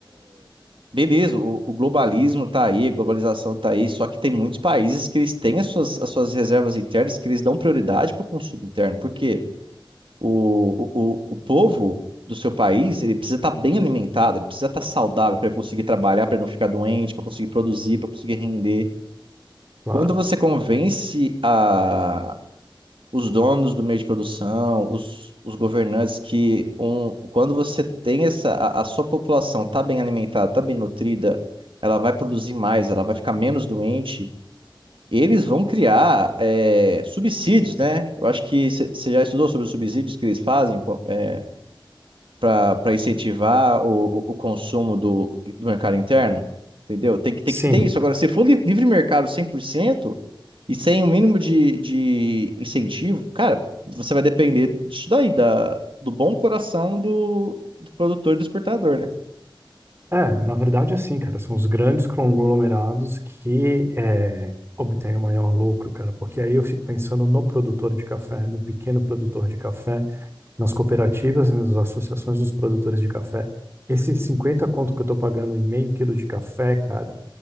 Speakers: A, on the right; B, on the right.
A: beleza, o, o globalismo tá aí, a globalização tá aí, só que tem muitos países que eles têm as suas, as suas reservas internas, que eles dão prioridade para o consumo interno. Por quê? O, o, o, o povo do seu país, ele precisa estar bem alimentado, ele precisa estar saudável para conseguir trabalhar, para não ficar doente, para conseguir produzir, para conseguir render.
B: Claro.
A: Quando você convence a, os donos do meio de produção, os, os governantes, que um, quando você tem essa, a, a sua população está bem alimentada, está bem nutrida, ela vai produzir mais, ela vai ficar menos doente, eles vão criar eh, subsídios, né? Eu acho que você já estudou sobre os subsídios que eles fazem. pô, é, para incentivar o, o, o consumo do, do mercado interno, entendeu? Tem que, tem
B: Sim,
A: que ter isso. Agora, se for li- livre mercado 100% e sem o mínimo de, de incentivo, cara, você vai depender disso daí, da, do bom coração do, do produtor e do exportador, né?
B: É, na verdade, assim, cara, são os grandes conglomerados que é, obtêm o maior lucro, cara, porque aí eu fico pensando no produtor de café, no pequeno produtor de café, nas cooperativas, né, nas associações dos produtores de café. Esses 50 conto que eu tô pagando em meio quilo de café, cara,